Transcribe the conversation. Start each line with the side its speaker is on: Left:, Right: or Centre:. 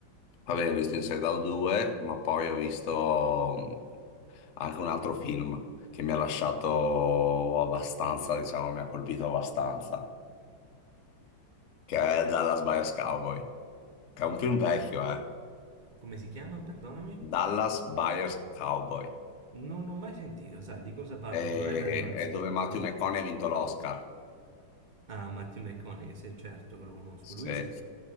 Left: vabbè, ho visto Inside Out 2, ma poi ho visto anche un altro film che mi ha lasciato abbastanza, diciamo, mi ha colpito abbastanza, che è Dallas Buyers Cowboy, che è un film vecchio, eh.
Right: Come si chiama? Perdonami?
Left: Dallas Buyers Cowboy,
Right: Non l'ho mai sentito, sai, di cosa parla?
Left: e,
Right: Non è Daniel...
Left: e dove Matthew McConaughey ha vinto l'Oscar.
Right: Ah, Matthew McConaughey, sei certo che lo conosco,
Left: se-
Right: lui sì.